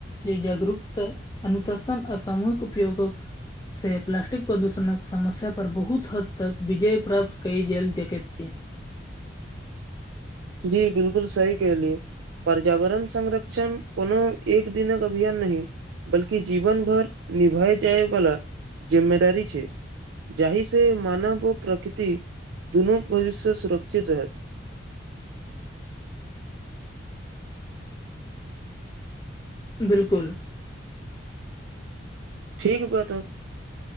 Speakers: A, on the left; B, on the right.
A: जे जागरूकता अनुशासन आ सामूहिक उपयोगक से प्लास्टिक प्रदूषणक समस्या पर बहुत हद तक विजय प्राप्त कय जैल सकैत छै
B: जी बिलकु सही कहलियै पर्यावरण संरक्षण कोनो एक दिनक अभियान नै बल्कि जीवन भर निभए जायवला जिम्मेदारी छै जाहिसँ मानव आ प्रकृति दुनू भविष्य सुरक्षित रहै
A: बिलकुल
B: ठीक बात